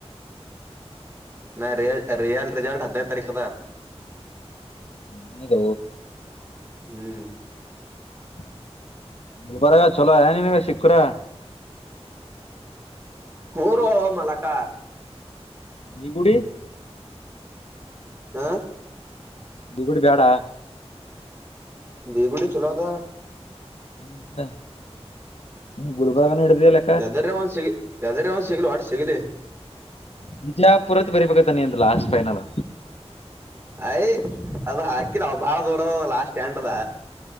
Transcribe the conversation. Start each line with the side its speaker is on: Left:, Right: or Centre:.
Right: ನ ರಿಯಲ್ ರಿಯಲ್ ರಿಜಲ್ಟ ಹದಿ.... ತರ್ಕದ.
Left: ಅನ್ನದ.
Right: ಹ್ಮ್
Left: <inaudible> ಮುಲ್ಬರಾಗ ಚಲೋ ಯನನ್ಗ ಸಿಕ್ಕುರ
Right: ಹ ರೋ ಮಲಕ.
Left: ಇ ಗುಡಿ.
Right: ಹಾ
Left: ದಗುಡು ಬೇಡ.
Right: ಬೇಗುಡ ಚಲೊ ಅದ.
Left: ಮತ್ತ ಹ ಗುಳಬರಗಾನ ಇಡಿದಲ್ಲ.
Right: ಎದರ ಒಂದ್ ಸಿಗ ಎದ್ರ ಒಂದ್ ಸಿಗಲಿ ಒಟ ಸಿಗ್ಲಿ.
Left: ಬಿಜಾಪುರತ್ ಬರಿಬೇಕತ ನೀಂದ ಲಾಸ್ಟ್ ಫೈನಲ್.
Right: ಅಯ್ ಅದು ಹಾಕಿಲ್ಲ್ ಬಾಳ ದೂರ ಲಾಸ್ ಸ್ಟ್ಯಾಂಡದ.